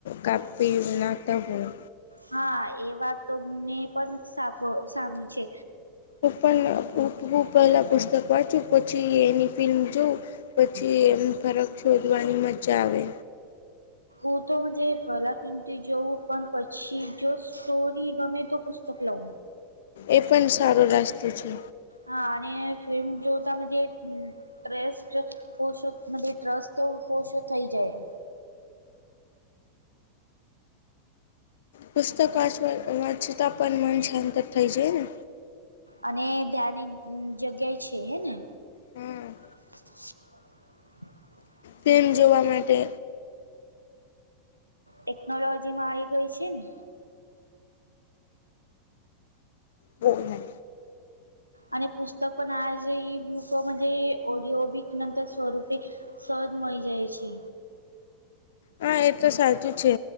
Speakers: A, on the left; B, on the right.
A: કાપી નાખતા હોય
B: હા એ વાત તમને પણ સા સામી છે
A: હું પણ ઉભું પહેલા પુસ્તક વાંચુ પછી એની પીન જોઉં પછી એમ ફરક શોધવાની મજા આવે
B: ઉ તો જે પલા પિમટી જોવું પણ પછી જો સ્ટોરી ગમે તો પુસ્તક લઉ
A: એ પણ સારો રાસ્તો છે
B: હા અને ફિલ્મ જો તમે જે ટ્રેસ્ટ <unintelligible> ટ્રસ તો ઓસો થઈ જાય
A: પુસ્તક વાંચવા વાચશું તો આ પણ મન શાંત થઈ જાઈ ને
B: અને ધ્યાન એક જગ્યાએ છે હે ને
A: હા
B: <inaudible>
A: તેમ જોવા માટે
B: ટેકનોલોજી માં આવી ગઈ છે ને
A: ઓ હ
B: અને પુસ્તક પણ આજ ઈ બુક મદે ઓડિયો બીક નંતર સ્વરૂપે સજ મળી જાય છે
A: હા એ તો સાચું છે